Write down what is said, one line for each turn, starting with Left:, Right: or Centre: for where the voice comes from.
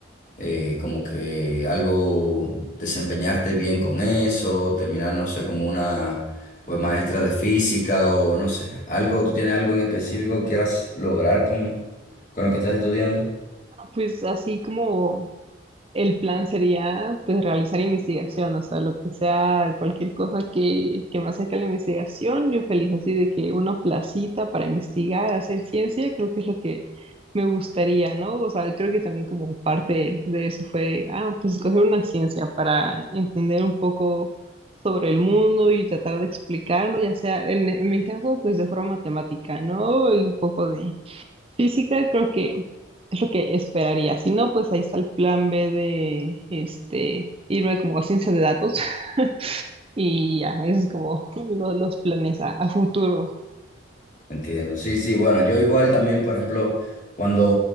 Left: eh, como que algo, desempeñarte bien con eso, terminar, no sé, como una pues maestra de física o no sé, algo, ¿tú tienes algo en específico que quieras lograr con, con lo que estás estudiando?
Right: Ah, Pues así como El plan sería pues realizar investigación, o sea, lo que sea, cualquier cosa que, que me acerque a la investigación, yo feliz así de que una placita para investigar, hacer ciencia, creo que es lo que me gustaría, ¿no? O sea, creo que también como parte de eso fue, ah, pues escoger una ciencia para entender un poco sobre el mundo y tratar de explicarlo, ya sea en, en mi caso, pues de forma matemática, ¿no? Y un poco de, Física creo que es lo que esperaría. Si no, pues ahí está el plan B de este irme como a ciencia de datos <laughs> y ya, esos es como lo- los planes a, a futuro.
Left: Entiendo, sí, sí, bueno, yo igual también, por ejemplo, cuando,